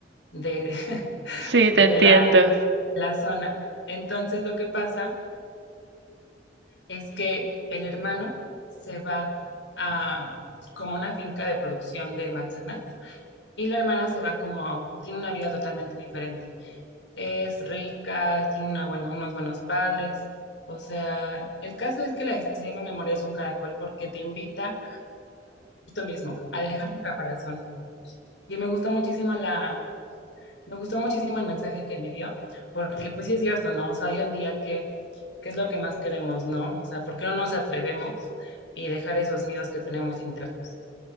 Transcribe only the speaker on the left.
de,
de
la, la zona. Entonces, lo que pasa es que el hermano se va a como una finca de producción de manzanas y la hermana se va como, tiene una vida totalmente diferente. Es rica, tiene una, bueno unos buenos padres. O sea, el caso es que la extrema memoria es un caracol porque te invita tú mismo a dejar tu caparazón. Y me gusta muchísimo la, Me gustó muchísimo el mensaje que me dio, porque pues sí es cierto, ¿no? O sea, hoy en día, ¿qué, qué es lo que más queremos, ¿no? O sea, ¿por qué no nos atrevemos y dejar esos miedos que tenemos internos?